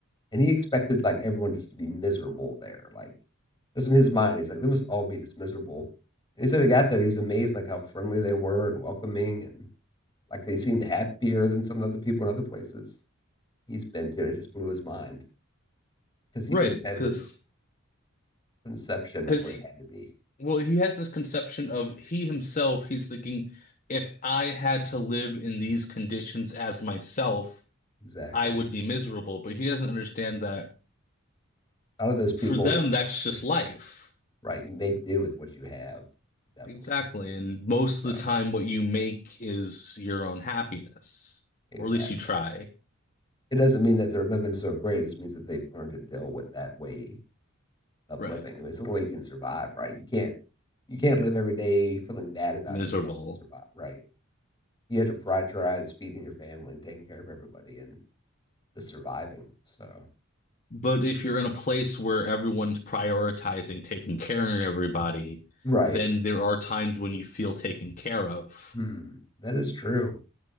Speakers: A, on the left; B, on the left.
A: and he expected like everyone just to be miserable there. Like this in his mind, he's like, they must all be just miserable. And he said he got there, he was amazed like how friendly they were and welcoming and like they seemed happier than some other people in other places he's been to. And it just blew his mind because he
B: Right,
A: just had
B: because
A: this conception
B: because
A: of what
B: he,
A: it had to be.
B: well, he has this conception of he himself, he's thinking, if I had to live in these conditions as myself,
A: Exactly.
B: I would be miserable, but he doesn't understand that
A: Out of those people,
B: for them, that's just
A: yeah,
B: life.
A: right, you make do with what you have, definitely.
B: Exactly. And most of
A: So
B: the time, what you make is your own happiness,
A: exactly.
B: or at least you try.
A: It doesn't mean that they're living so great. It just means that they've learned to deal with that way of
B: Right.
A: living. I mean, it's the only way you can survive, right? You can't you can't live every day feeling bad about
B: Miserable.
A: yourself and survive, right? You have to prioritize feeding your family, taking care of everybody, and just surviving. So,
B: But if you're in a place where everyone's prioritizing taking care of everybody,
A: right,
B: then there are times when you feel taken care of.
A: hmm, that is true.